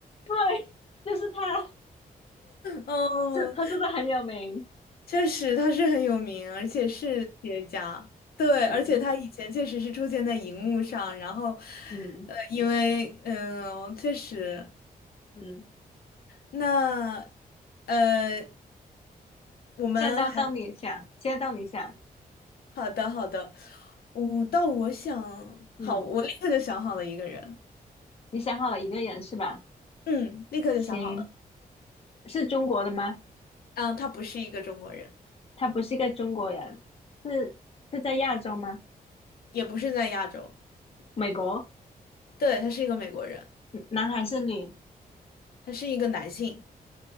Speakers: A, on the left (about 40°); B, on the left (about 75°).
A: 对，就是他，
B: 哦。
A: 是他是不是很有名？
B: 确实他是很有名，而且是 <laughs> 企业家。对，
A: 嗯
B: 而且他以前确实是出现在荧幕上，然后，
A: 嗯
B: 呃，因为嗯，确实，
A: 嗯，
B: 那呃，我们还
A: 现在到到你想，现在到你想，
B: 好的好的，我、到我想好，
A: 嗯，
B: 我立刻就想好了一个人，
A: 你想好了一个人是吧？
B: 嗯，立刻就想好了，
A: 行，是中国的吗？
B: 啊，他不是一个中国人，
A: 他不是一个中国人，是是在亚洲吗？
B: 也不是在亚洲，
A: 美国，
B: 对，他是一个美国人，
A: 嗯男还是女？
B: 他是一个男性，